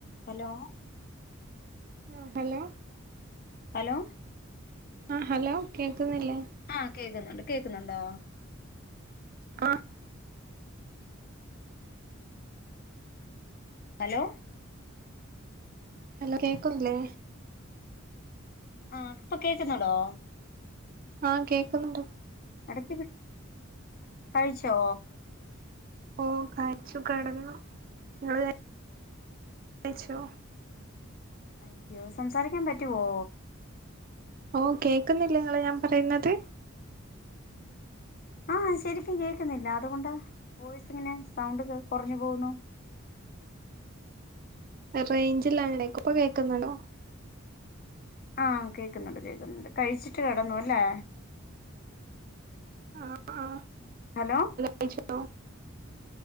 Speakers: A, on the left; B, on the right.
A: Hello
B: ആ hello
A: hello
B: ആ hello കേക്കുന്നില്ലേ
A: ആഹ് കേക്കുന്നുണ്ട് കേക്കുന്നുണ്ടോ?
B: ആഹ
A: ഹലോ
B: ഹലോ കേക്കല്ലേ
A: ആഹ ഇപ്പൊ കേക്കുന്നുണ്ടോ
B: ആഹ കേക്കുന്നുണ്ട്
A: ഇടക്കി വി കഴിച്ചോ
B: ഓ കഴിച് കെടന്നു ങ്ങള് കഴിച്ചോ
A: അയ്യോ സംസാരിക്കാൻ പറ്റുവോ
B: ഓ കേൾക്കുന്നില്ല നിങ്ങളെ ഞാൻ പറയുന്നത്
A: ആഹ ശരിക്കും കേൾക്കുന്നില്ല അതുകൊണ്ടാ വോയിസ് ഇങ്ങനെ സൗണ്ടൊക്കെ കുറഞ്ഞു പോകുന്നു <unintelligible>
B: റേഞ്ചില്ലാണ്ടേക്കും ഇപ്പൊ കേൾക്കുന്നുണ്ടോ
A: ആഹ കേക്കുന്നുണ്ട് കേൾക്കുന്നുണ്ട് കഴിച്ചിട്ട് കിടന്നു അല്ലേ
B: ആഹ <unintelligible>
A: ഹലോ
B: കഴിച്ചോ